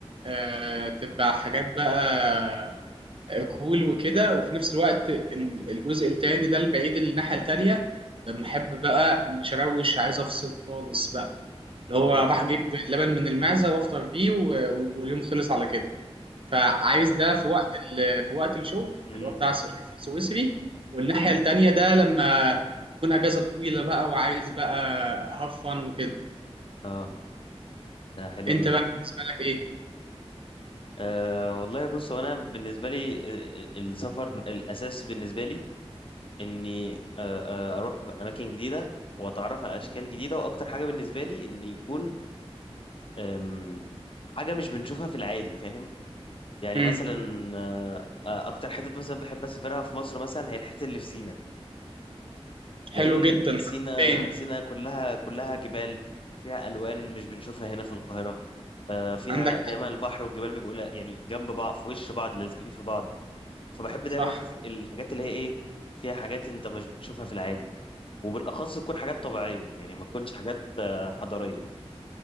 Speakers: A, on the right; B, on the left.
A: آه، تبقى حاجات بقى كول وكده وفي نفس الوقت إن الجزء التاني ده البعيد اللي الناحية التانية لما احب بقى مش اروش عايز افصل خالص بقى اللي هو
B: مم.
A: راح اجيب لبن من المعزة وافطر بيه و- و- واليوم خلص على كده فعايز
B: ده
A: ده في وقت ال- في وقت الشغل
B: مم.
A: اللي هو بتاع الس- السويسري والناحية التانية ده لما تكون اجازة طويلة بقى وعايز بقى هفن وكده
B: اه ده حلو
A: انت
B: جدا
A: بقى بالنسبه لك ايه
B: آه والله بص هو انا بالنسبه لي آه، آه، السفر الاساس بالنسبه لي اني آه آه، اروح اماكن جديده واتعرف على اشكال جديده واكتر حاجه بالنسبه لي ان يكون آم، حاجه مش بنشوفها في العادي فاهم يعني
A: امم
B: مثلا آه، آه، اكتر حتة مثلا بحب اسافرها في مصر مثلا هي الحتة اللي في سينا لان
A: حلو جدا
B: سينا
A: فين
B: سينا كلها كلها جبال فيها الوان مش بنشوفها هنا في القاهرة آه، فيها
A: عندك
B: دايما البحر والجبال بيبقوا لا- يعني جنب بعض في وش بعض لازقين في بعض فبحب دايما
A: صح
B: اشوف الحاجات اللي هي ايه فيها حاجات انت مش بتشوفها في العادي وبالاخص تكون حاجات طبيعية يعني ما تكونش حاجات آه، حضارية